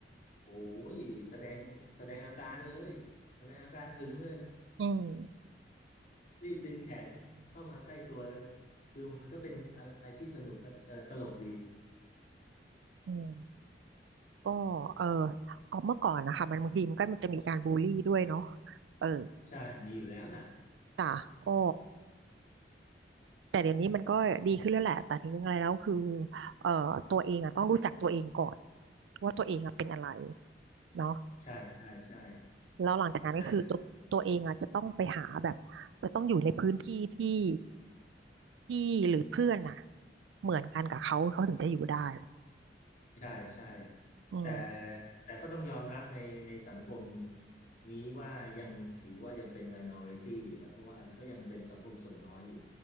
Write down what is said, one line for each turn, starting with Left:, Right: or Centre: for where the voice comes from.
Left: โอ้ยแสดงแสดงอาการเลยแสดงอาการหึงเลย
Right: อืม
Left: รีบดึงแขนเข้ามาใกล้ตัวเลยคือมันก็เป็นอะไรที่สนุกเออตลกดี
Right: อืมก็เออออกเมื่อก่อนนะคะมันบางทีมันก็มันจะมีการบูลลี่ด้วยเนาะเออ
Left: ใช่ มีอยู่แล้วแหละ
Right: จ้ะก็แต่เดี๋ยวนี้มันก็ดีขึ้นแล้วแหละแต่ถึงยังไงแล้วคือเอ่อตัวเองอ่ะต้องรู้จักตัวเองก่อนว่าตัวเองอ่ะเป็นอะไรเนาะ
Left: ใช่ใช่ใช่
Right: แล้วหลังจากนั้นก็คือตัวตัวเองอ่ะจะต้องไปหาแบบจะต้องอยู่ในพื้นที่ที่
Left: แต่
Right: ที่หรือเพื่อนอ่ะเหมือนกันกับเขาเขาถึงจะอยู่ได้
Left: ใช่ใช่
Right: อืม
Left: แต่แต่ก็ต้องยอมรับในในสังคมนี้ว่ายังถือว่ายังเป็น minority อยู่นะเพราะว่าก็ยังเป็นสังคมส่วนน้อยอยู่